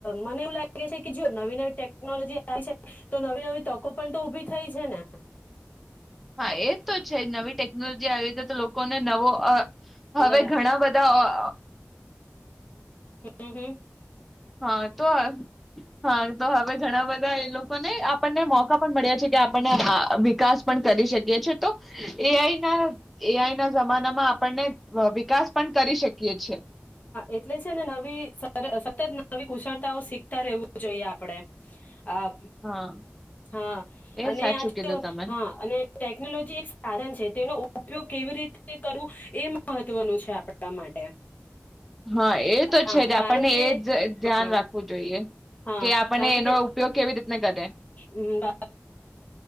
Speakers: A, on the left; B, in the centre.
A: મને એવું લાગે છે કે જો નવી નવી ટેકનોલોજી આવી છે તો નવી નવી તકો પણ તો ઉભી થઈ છે ને
B: હા એ તો છે નવી ટેકનોલોજી આવી રીતી તો લોકોને નવો અ
A: અંદર
B: હવે
A: જા
B: ઘણા બધા અ અ
A: હું હું
B: હા તો આ <inaudible> હા તો હવે ઘણા બધા એ લોક અને આપણને મોકા પણ મળ્યા છે કે આપણને વિકાસ પણ કરી શકીએ છેએ તો એ આઈ ના એ આઈ ના જમાનામાં આપણને વિકાસ પણ કરી શકીએ છીએ
A: એટલે છે ને નવી સતત નવી કુશળતાઓ શીખતા રહેવું જોઈએ આપડે આ
B: હા
A: હા
B: એ
A: અને
B: સાચું
A: આજે
B: કીધું તમે
A: હા અને ટેકનોલોજી એક સાધન છે. તેનો ઉપયોગ કેવી રીતે કરવું એ મહત્વનું છે આપણા માટે.
B: હા એ તો
A: હા
B: છે જ આપણને
A: કારણ કે
B: એ જ ધ્યાન
A: હા
B: રાખવું જોઈએ.
A: હા
B: કે આપને
A: કારણ
B: એનો
A: કે
B: ઉપયોગ કેવી રીતને કરે.
A: હમ,